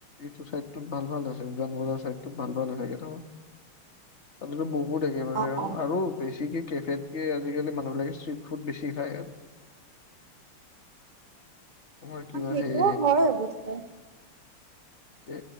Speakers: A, on the left; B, on the right.
A: এইটো চাইত ভাল ভাল আছে, উজান বজৰ চাইডত ভাল ভাল আছে কেইটামান, তাতেটো বহুত একেবাৰে
B: অ
A: আৰু
B: অ
A: আৰু বেছিকে কেফেতকে আজিকালি মানুহবিলাকে ষ্ট্ৰিট ফুড বেছি খাই আৰু। তোমাৰ কিবা
B: অ' সেইটোও
A: সেই
B: হয় অৱশ্যে।
A: এ